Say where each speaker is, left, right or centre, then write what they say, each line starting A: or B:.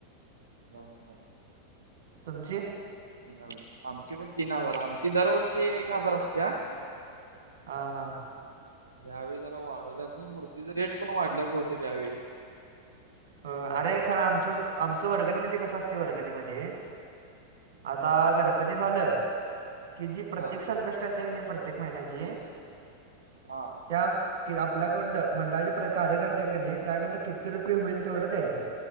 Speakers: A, on the right; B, on the right.
A: हां हां हां
B: तुमची?
A: तीन हजार आमची पण तीन हजार आमची दरवर्षी एक हजार असत्या.
B: हा हा
A: ह्यावेळी जरा वाढवल्यात नही मूर्तीचं रेट पण वाढल्यात बहुतेक ह्यावेळी
B: अरे खरं आमचं आमचं वर्गणी म्हणजे कसं असतय वर्गणीमध्ये आता
A: हा
B: गणपती झालं कि जी प्रत्येक
A: हा
B: संकष्टी येत्या कणी प्रत्येक महिन्याची
A: हां
B: त्या क आपल्याकंडं मंडळाचे प्र कार्यकर्ते आहेत कनी त्याकडं किती रुपये होईल तेवढं द्यायच